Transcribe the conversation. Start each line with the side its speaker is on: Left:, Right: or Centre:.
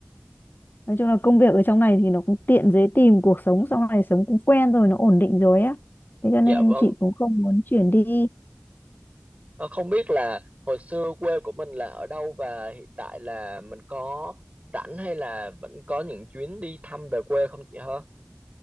Left: nói chung là công việc ở trong này thì nó cũng tiện dễ tìm cuộc sống sau này sống cũng quen rồi nó ổn định rồi á thế cho
Right: Dạ
Left: nên
Right: vâng
Left: chị cũng không muốn chuyển đi
Right: ờ, không biết là hồi xưa quê của mình là ở đâu và hiện tại là mình có rảnh hay là vẫn có những chuyến đi thăm về quê không chị hả?